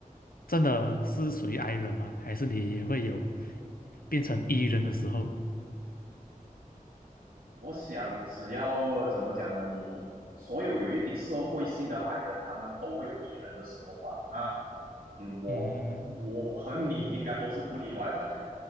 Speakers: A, on the left (about 80°); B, on the right (about 75°).
A: 真的是属于 I 人吗？还是你也会有变成 E 人的时候？
B: 我想，只要怎么讲呢？你所有有一点社会性的矮人，他们都会有 E 人的时候吧？那，嗯，我我和你应该都是不例外吧？
A: 嗯
B: 就